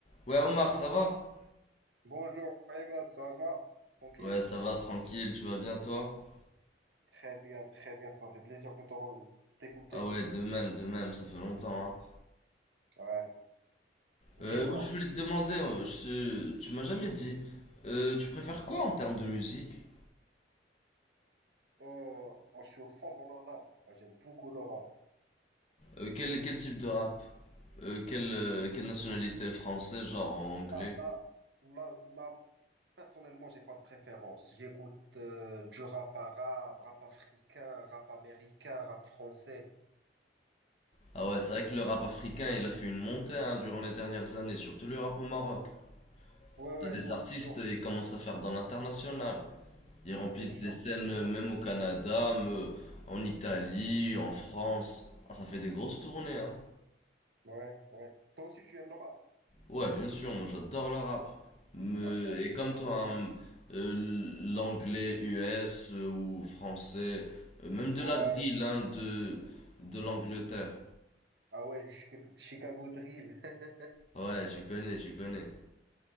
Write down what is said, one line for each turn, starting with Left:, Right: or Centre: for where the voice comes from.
Left: Ouais Omar, ça va?
Right: Bonjour Ahmed, ça va? Tranquille?
Left: Ouais, ça va, tranquille, tu vas bien toi?
Right: Très bien, très bien, ça fait plaisir de te re- de t'écouter.
Left: Ah ouais, de même, de même, ça fait longtemps, hein.
Right: Ouais. Dis-moi,
Left: Euh, ouais, je voulais te demander, euh, je- tu m'as jamais dit, euh, tu préfères quoi en termes de musique?
Right: euh, moi je suis au fond dans le rap, Moi, j'aime beaucoup le rap.
Left: Euh, quel, quel type de rap? Euh, quelle, euh, quelle nationalité? Français, genre en anglais?
Right: Ah là, là, là, personnellement, j'ai pas de préférence. J'écoute euh, du rap arabe, rap africain, rap américain, rap français.
Left: Ah ouais, c'est vrai que le rap africain, il a fait une montée, hein, durant les dernières années, surtout le rap au Maroc.
Right: Ouais, ouais,
Left: T'as des
Right: lourd,
Left: artistes,
Right: lourd,
Left: ils commencent à faire dans l'international. Ils remplissent
Right: bien sûr,
Left: des scènes
Right: bien
Left: euh,
Right: sûr.
Left: même au Canada, même, euh, en Italie, en France. Ah, ça fait des grosses tournées, hein.
Right: Ouais, ouais. Toi aussi, tu aimes le rap?
Left: Ouais, bien sûr, moi j'adore le rap. Me,
Right: Ah, j'ai l'impression
Left: et comme toi,
Right: que, que-
Left: hein, euh, l'anglais US euh, ou français, euh, même de
Right: Ouais,
Left: la drill, hein, de, de l'Angleterre.
Right: ah ouais, du Chica- Chicago Drill. <laughs>
Left: Ouais, tu connais, tu connais.